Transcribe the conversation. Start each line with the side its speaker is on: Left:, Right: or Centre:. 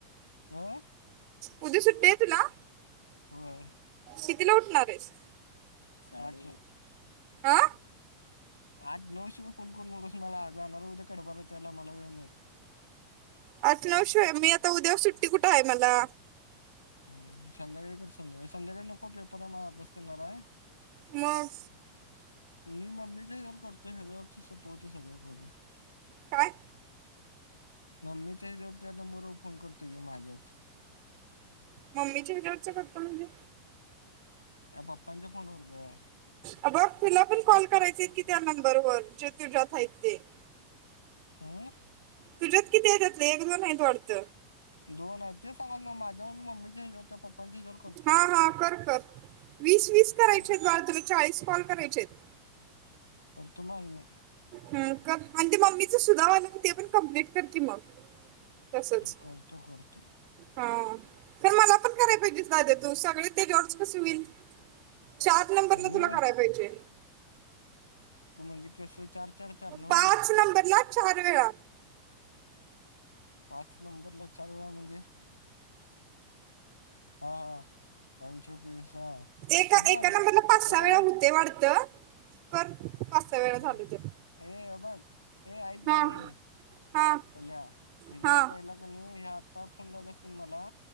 Left: कुणाला.
Right: उद्या सुट्टी आहे तुला,
Left: होय
Right: कितीला उठणार आहेस?
Left: साडे एक.
Right: आ.
Left: आठ नऊ शिवाय फोन करून नकोस मला, जाणार उद्या कडबा रचायला मला वेळ नाही.
Right: आठ नऊ शिवाय, मी आता उद्या सुट्टी कुठे आहे मला.
Left: हम्म संध्याकाळी कर, संध्या संध्याकाळी, नको पेपर आहे मला अभ्यास करणारा आहे.
Right: मग
Left: मी मम्मीच्या हेच्यावर करतोय ह्याच्यावरच सोपवतो सगळ्याकडून.
Right: काय?
Left: ममीच्या हेच्यावरन त्या नंबरवर फोन करतोय की माझ्याच.
Right: मम्मीचे हेच्यावरच करतोय म्हणजे.
Left: अ पप्पांच्या फोनवर गं!
Right: अ बघ तुला पण कॉल करायचे की त्या नंबरवर, जे तुझ्यात आहेत ते. <inaudible>
Left: हम्म.
Right: तुझ्यात किती आहेत, त्यात एक-दोन आहेत वाढत?
Left: दोन आहे, ते सांगालोय मग माझ्यावर, मम्मीच्या हेच्यावर, त्या पप्पांच्या हेज्यावर
Right: हा, हा, कर-कर वीस-वीस करायचे
Left: हा
Right: आहेत, बाळ तुला चाळीस कॉल करायचे आहेत?
Left: करतो माझ मी.
Right: हम्म आणि ते मम्मीच सुद्धा आलं ते पण कमप्लीट कर की मग. तसंच.
Left: करतो करतो
Right: हा खर मला पण करायला पाहिजे दाद्या तू, सगळे ते जॉर्ज कसे होईल. चार नंबरला
Left: अरे
Right: तुला करायला पाहिजे.
Left: तू म्हणजे कसं चार चार चार नव
Right: पाच नंबरला चार वेळा.
Left: पाच नंबरला चार वेळा म्हणजे हा हा. पंचोकवीस हा
Right: एका-एका
Left: अ बघ
Right: नंबर ला पाच
Left: पल्या
Right: सहा वेळा
Left: ऐक
Right: होतय वाढत. कर पाच सहा वेळा
Left: हा.
Right: झाल तर.
Left: ए हे बघ, ए आऐक
Right: हा
Left: बाळ हे.
Right: हा
Left: पिल्या ही
Right: हा
Left: वर पहिल्या कणी, हे आता फोन लावल्यास कणी मला.